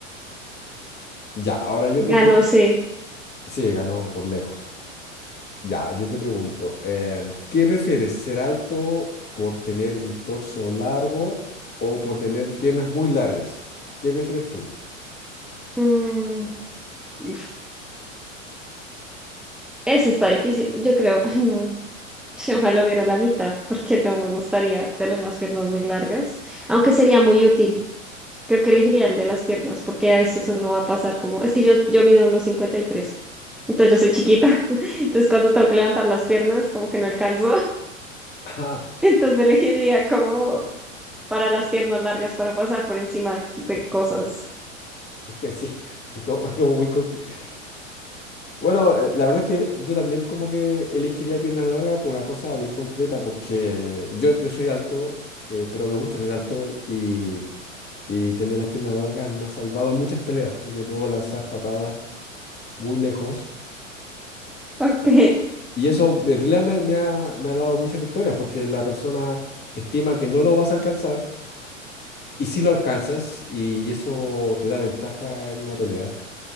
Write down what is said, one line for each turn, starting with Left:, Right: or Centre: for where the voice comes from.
Left: Ya, ahora yo
Centre: Ya
Left: te pregunto,
Centre: no sé.
Left: sí, ganó por lejos. Ya, yo te pregunto, em, ¿qué prefieres, ser alto por tener un torso largo o por tener piernas muy largas? ¿Qué prefieres tú?
Centre: Mm, uf, eso está difícil. Yo creo, ay no, sí, ojalá hubiera la mitad, porque no me gustaría tener las piernas muy largas, aunque sería muy útil. Creo que elegiría el de las piernas, porque a veces uno va a pasar como, es que yo, yo mido unos cincuenta y tres Entonces yo soy chiquita. <laughs> Entonces cuando tengo que levantar las piernas, como que no alcanzo. <laughs>
Left: <laughs>
Centre: Entonces elegiría como para las piernas largas para pasar por encima de cosas.
Left: Ah, sí, es como, es como muy... conc- Bueno, eh, la verdad es que yo también como que elegiría piernas largas por una cosa bien concreta, porque yo, yo soy alto, eh, pero me gusta ser alto y, y tener las piernas largas me ha salvado en muchas peleas, porque puedo lanzar patadas muy lejos.
Centre: Ok,
Left: Y eso en realidad me, me ha, me ha dado muchas victorias porque la persona estima que no lo vas a alcanzar y sí lo alcanzas y eso te da ventaja en una pelea.